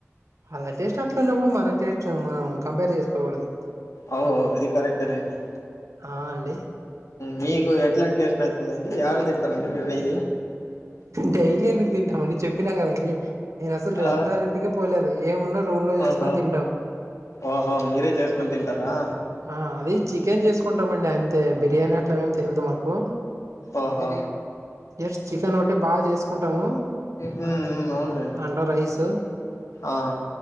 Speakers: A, on the right; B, on the left.
A: ఆళ్ల టేస్ట్ అట్లున్నప్పుడు మన టేస్ట్ మనం కంపేర్ చేసుకోకూడదు.
B: అవ్అవ్ అది కరెక్ట్నండి.
A: ఆ అండి
B: మీకు ఎట్లాంటి టేస్ట్న్ నచ్చస్తుందండి. ఎడా తింటారండి మీరు డైలీ
A: డైలీ ఎందుకు తింటామండి. చెప్పినా కదండి. నేను అసలు రెస్టారెంట్
B: ఆ!
A: కు పోలేదు. ఏమున్నా రూమ్ లో చేసుకుొని
B: ఓహో!
A: తింటాం.
B: ఓహో మీరే చేసుకుని తింటారా.
A: ఆ అది చికెన్ చేసుకుంటామండి. అంతే బిర్యానీ అట్లమేమి తెలియదు మాకు
B: ఆహా
A: జస్ట్ చికెన్ ఒకటి బాగా చేసు కుంటాము
B: హ్మ్. అవునులేండి.
A: అంట రైస్
B: ఆ!